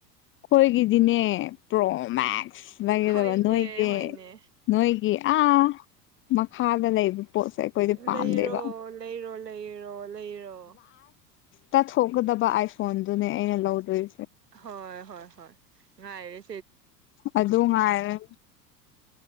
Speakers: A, on the left; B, on the right.
A: ꯑꯩꯈꯣꯏꯒꯤꯗꯤꯅꯦ ꯄ꯭ꯔꯣ ꯃꯦꯛꯁ ꯂꯩꯒꯗꯕ
B: ꯍꯣꯏꯅꯦ
A: ꯅꯣꯏꯒꯤ-
B: ꯍꯣꯏꯅꯦ
A: ꯅꯣꯏꯒꯤ ꯑꯥ ꯃꯈꯥꯗ ꯂꯩꯕ ꯄꯣꯠꯁꯦ ꯑꯩꯈꯣꯏꯗꯤ ꯄꯥꯝꯗꯦꯕ
B: ꯂꯩꯔꯣ -ꯂꯩꯔꯣ ꯂꯩꯔꯣ -ꯂꯩꯔꯣ
A: ꯇꯥꯊꯣꯛꯀꯗꯕ ꯑꯥꯏꯐꯣꯟꯗꯨꯅꯦ ꯑꯩꯅ ꯂꯧꯗꯣꯏ
B: ꯍꯣꯏ -ꯍꯣꯏ- ꯍꯣꯏ ꯉꯥꯏꯔꯤ
A: ꯑꯗꯨ ꯉꯥꯏꯔ